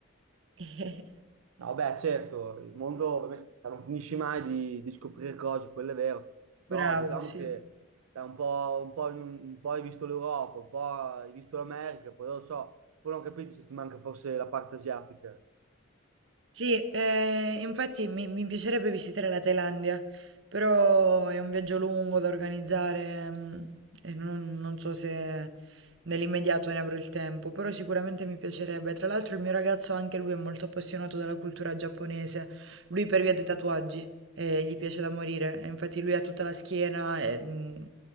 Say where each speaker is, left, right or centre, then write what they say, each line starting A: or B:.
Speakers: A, on the right; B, on the right.
A: <laughs>
B: No, beh, certo, il mondo ovviamente, cioè, non finisci mai di, di scoprire cose, quello è vero, però
A: Bravo,
B: diciamo
A: sì.
B: che cioè, un po', un po', in- un po' hai visto l'Europa, un po' hai visto l'America, poi non lo so, poi non ho capito se ti manca forse la parte asiatica.
A: Sì, eh, infatti mi, mi piacerebbe visitare la Thailandia, però è un viaggio lungo da organizzare, mm, e non, non so se nell'immediato ne avrò il tempo, però sicuramente mi piacerebbe. Tra l'altro il mio ragazzo anche lui è molto appassionato della cultura giapponese, lui per via dei tatuaggi, eh, gli piace da morire, e infatti lui ha tutta la schiena, e, mm,